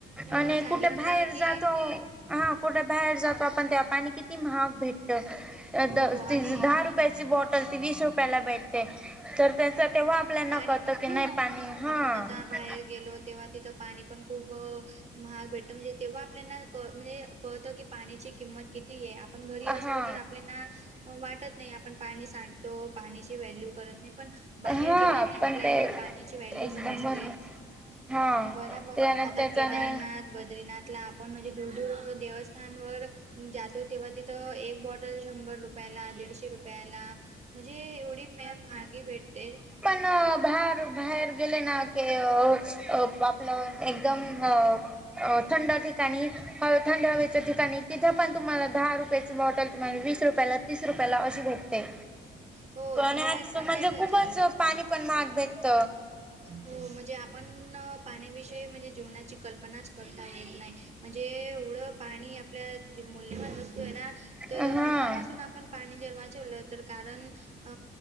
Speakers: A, on the right (about 35°); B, in the centre.
A: अ
B: आणि
A: सांगितलं
B: कुठे बाहेर
A: की
B: जातो हा कुठे बाहेर जातो आपण त्या पाणी किती महाग भेटत
A: हो
B: दहा
A: आणि
B: रुपय यांची बॉटल ती वीस रुपयेला भेटते. त्याचा तेव्हा आपल्याना
A: पाणी
B: कळतं
A: पण,
B: की
A: हो
B: नाही पाणी हा
A: आपण आता बाहेर गेलोत तेव्हा तिथं पाणी पण खूप महाग भेटतं म्हणजे तेव्हा आपल्याना म्हणजे कळतं की पाण्याची किंमत कितीय आपण घरी असलो
B: हा
A: तर आपल्याना वाटत नाही आपण पाणी सांडतो पाण्याची व्हॅल्यू करत नाही पण बाहेर
B: हा
A: गेल्याने
B: पण
A: आपल्याना
B: ते
A: पाणीची व्हल्यू
B: एकदम
A: समजते.
B: बरोबर हा
A: बराबर
B: त्या
A: आता
B: त्याच्याने
A: केदारनाथ बद्रीनाथला आपण म्हणजे दूर दूर वर देवस्थान स्थान वर जातो. तेव्हा तिथं एक बॉटल शंभर रुपयाला दीडशे रुपयाला म्हणजे एवढी मॅ मागे भेटतेल
B: बाहर, बाहेर गेले ना ते आपल एकदम अ अ थंड ठिकाणी ह थंड हवेच्या ठिकाणी तिथे पण तुम्हाला दहा रुप ची बॉटल तुम्हाला वीस रुपयाला तीस रुपयाला अशी भटते.
A: हो,
B: पण,
A: बाहेर
B: आ
A: पण
B: म्हणजे
A: तसंच
B: खूपच
A: आहे.
B: पाणी पण महाग भेटत
A: हो म्हणजे आपण पाण्याविषयी म्हणजे जिवणाची कल्पनाच करता येत नाही म्हणजे एवढं पाणी आपल्या मूल्यवान असत आहे ना तर
B: हा
A: आतापासून आपण पाणी जर वाचवलं तर कारण अ